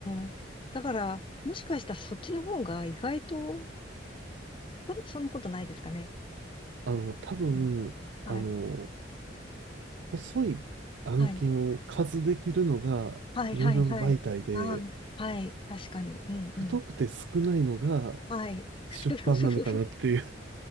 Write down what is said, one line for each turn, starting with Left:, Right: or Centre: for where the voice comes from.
Left: ん。だから、もしかしたらそっちの方が意外と、そ、そんなことないですかね。
Right: <laughs> あの、多分、
Left: うん、はい。
Right: あの、細い案件を数できるのがウェブ媒体で、
Left: はい。はい、はい、はい。ああ、はい。確かに。うん、
Right: 太くて少ないのが
Left: うん。はい。<laughs>
Right: 出版なのかなっていう
Left: ふふふふふ